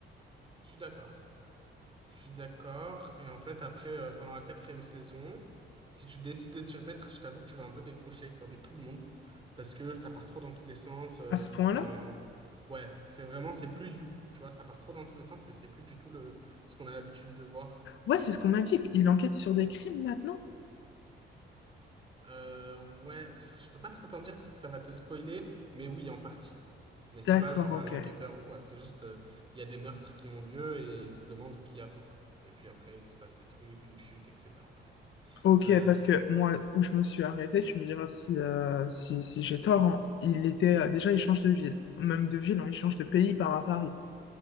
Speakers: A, on the right; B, on the left.
A: Je suis d'accord. Je suis d'accord. Et en fait, après, euh, pendant la quatrième saison, si tu décides de t'y remettre, je t'avoue que tu vas un peu décrocher, comme tout le monde, parce que ça part trop dans tous les sens. euh,
B: À ce point-là?
A: Enfin, ouais, c'est vraiment, c'est plus You, tu vois, ça part trop dans tous les sens et c'est plus du tout le, ce qu'on a l'habitude de voir.
B: Ouais, c'est ce qu'on m'a dit. Il enquête sur des crimes maintenant?
A: Euh, ouais, je peux pas trop t'en dire parce que ça va te spoiler, mais oui, en partie. Mais c'est
B: D'accord,
A: pas genre
B: ok.
A: un enquêteur ou quoi, c'est juste, euh, il y a des meurtres qui ont lieu et ils se demandent qui a fait ça. Et puis après, il se passe des trucs, une chute, etc. Bref.
B: Ok,
A: Euh,
B: parce que moi, où je me suis arrêtée, tu me diras si, euh, si, si j'ai tort. hein. Il était, euh, déjà, il change de ville. Même de ville, hein, il change de pays, il part à Paris.